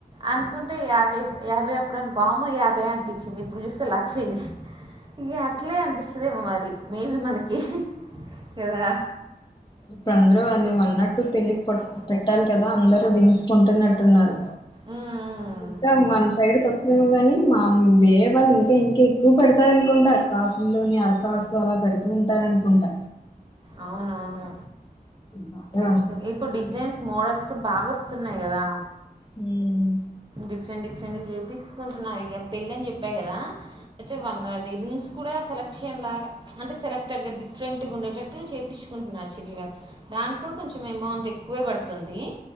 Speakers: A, on the right; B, on the left.
A: అనుకుం యాభై యాభై అప్పుడు వామ్మో యాభై అనిపించింది. ఇప్పుడు చూస్తే లక్ష అయింది. ఇక అట్లే అనిపిస్తుందేమో మరి మేబీ మనకి కదా
B: ఇప్పుడ్ అందరూ అన్ని అన్నట్టు పెళ్లి పెట్టాలి కదా అందరూ రింగ్స్ కోన్టున్నట్టున్నారు.
A: మ్మ్.
B: ఇంకా మన సైడ్ కొత్ మేము కాని మా వేరే వాళ్ళు ఇంకా ఇంకా ఎక్కువ పెడతారనుకుంటా కాసులోని అరకాసు అలా పెడుతూ ఉంటారు అనుకుంటా
A: అవునవును
B: బాగా
A: ఇప్పుడు డిజైన్స్ మోడల్స్ కూడా బాగా వస్తున్నాయి కదా
B: హ్మ్
A: డిఫరెంట్ డిఫరెంట్గా చేయించుకుంటున్నారు. ఇగ పెళ్ళని చెప్ప కదా అయితే వాళ్ళది రింగ్స్ గూడ సెలెక్షన్ లాగా అంటే సెలెక్టెడ్ డిఫ్రెంట్ గుండెటట్టు చేపించుకుంటున్నారు చెల్లి వాల్ దానిక్ కూడా కొంచం అమౌంట్ ఎక్కువే పడుతుంది.